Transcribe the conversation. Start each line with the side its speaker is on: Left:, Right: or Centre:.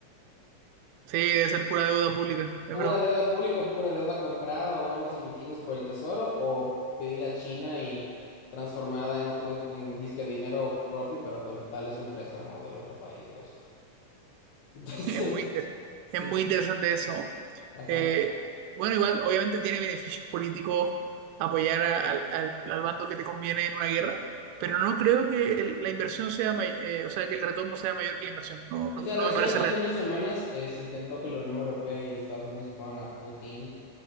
Right: Sí, debe ser pura deuda pública, es
Left: Pura
Right: verdad.
Left: deuda pública o pura deuda comprada o bonos emitidos por el Tesoro o pedida a China y transformada en otros, en disque dinero propio, pero total es un préstamo del otro país, o algo así. <laughs> Entonces,
Right: Es muy, inter-
Left: sí,
Right: es muy interesante eso.
Left: ajá.
Right: Eh, bueno, igual, obviamente tiene beneficios políticos apoyar a- al, al- al bando que te conviene en una guerra, pero no creo que el- la inversión sea, may- eh, o sea, que el retorno sea mayor que la inversión. No,
Left: O
Right: no,
Left: sea,
Right: no
Left: recién
Right: me parece
Left: hace
Right: rentable.
Left: unas semanas eh, se intentó que la Unión Europea y Estados Unidos pongan a Putin